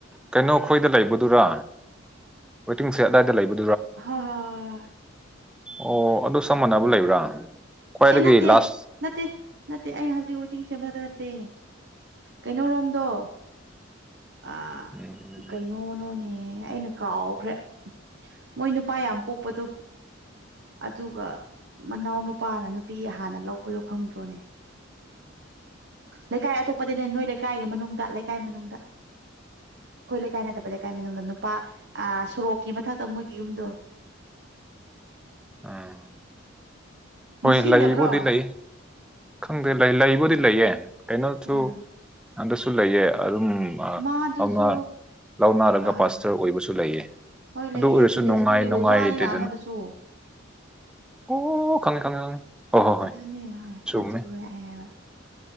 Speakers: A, in the centre; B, on the right.
A: ꯀꯩꯅꯣ ꯈꯣꯏꯗ ꯂꯩꯕꯗꯨꯔꯥ ꯋꯦꯇꯤꯡꯁꯦꯠ ꯑꯗꯥꯏꯗ ꯂꯩꯕ
B: ꯍ-ꯍꯣꯏ
A: ꯑꯣ ꯑꯗꯨ ꯁꯝ ꯃꯥꯟꯅꯕ ꯂꯩꯕ꯭ꯔꯥ ꯈ꯭ꯋꯥꯏꯗꯒꯤ
B: ꯑꯦ ꯅꯠꯇꯦ
A: ꯂꯥꯁ
B: ꯅꯠꯇꯦ ꯅꯠꯇꯦ ꯑꯩꯅ ꯍꯧꯖꯤꯛ ꯋꯦꯇꯤꯡ ꯁꯦꯠ ꯃꯅꯥꯛꯗ ꯅꯠꯇꯦ ꯀꯩꯅꯣꯔꯣꯝꯗꯣ ꯑ
A: ꯎꯝ
B: ꯀꯩꯅꯣꯅꯣꯅꯦ ꯑꯩꯅ ꯀꯥꯎꯈ꯭ꯔꯦ ꯃꯣꯏ ꯅꯨꯄꯥ ꯌꯥꯝ ꯄꯣꯛꯄꯗꯣ ꯑꯗꯨꯒ ꯃꯅꯥꯎ ꯅꯨꯄꯥꯅ ꯅꯨꯄꯤ ꯍꯥꯟꯅ ꯂꯧꯕꯗꯣ ꯈꯪꯗ꯭ꯔꯣꯅꯦ ꯂꯩꯀꯥꯏ ꯑꯇꯣꯞꯄꯗꯅꯦ ꯅꯣꯏ ꯂꯩꯀꯥꯏꯒꯤ ꯃꯅꯨꯡꯗ ꯂꯩꯀꯥꯏ ꯃꯅꯨꯡꯗ ꯈꯣꯏ ꯂꯩꯀꯥꯏ ꯅꯠꯇꯕ ꯂꯩꯀꯥꯏ ꯃꯅꯨꯡꯗ ꯅꯨꯄꯥ ꯑꯥ ꯁꯣꯔꯣꯛꯀꯤ ꯃꯊꯛꯇ ꯃꯣꯏꯒꯤ ꯌꯨꯝꯗꯣ
A: ꯑ ꯍꯣꯏ
B: ꯅꯤꯡꯁꯤꯡꯗꯕ꯭ꯔꯣ
A: ꯂꯩꯕꯨꯗꯤ ꯂꯩ ꯈꯪꯗꯦ ꯂꯩ ꯂꯩꯕꯨꯗꯤ ꯂꯩꯌꯦ ꯀꯩꯅꯣꯁꯨ
B: ꯍꯣꯏ
A: ꯑꯟꯗꯁꯨ ꯂꯩꯌꯦ ꯑꯔꯨꯝ ꯃꯥ
B: ꯃꯥꯗꯨꯁꯨ
A: ꯑꯃꯥ ꯂꯧꯅꯥꯔꯒ
B: ꯑꯥ
A: ꯄꯥꯁꯇꯔ ꯑꯣꯏꯕꯁꯨ ꯂꯩꯌꯦ
B: ꯍꯣꯏ
A: ꯑꯗꯨ
B: ꯂꯩꯌꯦ
A: ꯑꯣꯏꯔꯁꯨ
B: ꯁꯟꯗꯦ
A: ꯅꯨꯡꯉꯥꯏ
B: ꯁ꯭ꯀꯨꯜꯒꯤ
A: ꯅꯨꯡꯉꯥꯏꯇꯦꯗꯅ
B: ꯑꯣꯖꯥꯅꯤꯅ ꯑꯃꯗꯨꯁꯨ
A: ꯑꯣ ꯈꯪꯉꯦ ꯈꯪꯉꯦ ꯈꯪꯉꯦ ꯍꯣ-ꯍꯣ-ꯍꯣꯏ
B: ꯑꯗꯨꯅꯦ ꯍꯣꯏ
A: ꯆꯨꯝꯃꯦ
B: ꯑꯗꯨꯒ ꯑꯩ ꯍꯥꯏꯕ